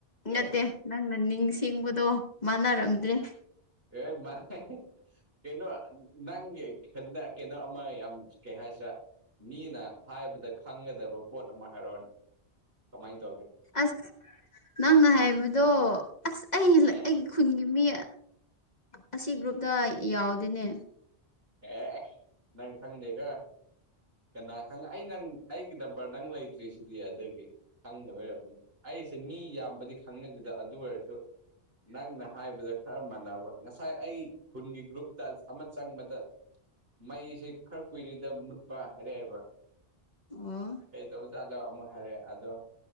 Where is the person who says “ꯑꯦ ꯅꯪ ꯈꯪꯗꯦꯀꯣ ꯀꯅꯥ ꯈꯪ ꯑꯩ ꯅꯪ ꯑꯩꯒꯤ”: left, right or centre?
Right